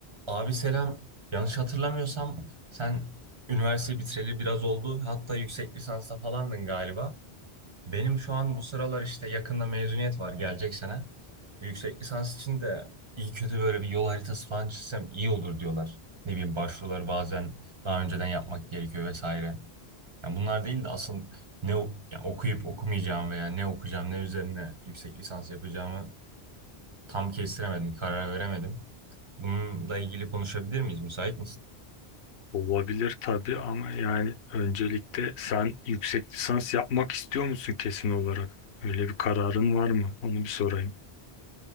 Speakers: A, on the right; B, on the left.
A: Abi selam. Yanlış hatırlamıyorsam sen üniversite bitireli biraz oldu. Hatta yüksek lisansa falandın galiba. Benim şu an bu sıralar işte yakında mezuniyet var gelecek sene. Bu yüksek lisans için de iyi kötü böyle bir yol haritası falan çizsem iyi olur diyorlar. Ne bileyim başvuruları bazen daha önceden yapmak gerekiyor vesaire. Yani bunlar değil de asıl ne o- yani okuyup okumayacağım veya ne okuyacağım ne üzerine yüksek lisans yapacağımı tam kestiremedim, karar veremedim. Bununla ilgili konuşabilir miyiz? Müsait misin?
B: Olabilir tabii ama yani öncelikle sen yüksek lisans yapmak istiyor musun kesin olarak? Öyle bir kararın var mı? Onu bir sorayım.